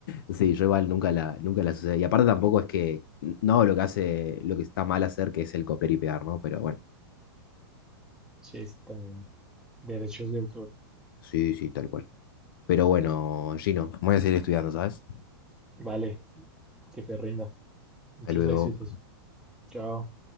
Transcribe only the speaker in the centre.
Sí, es también derechos de autor.
Vale, que te rinda. Muchos
éxitos. Chao.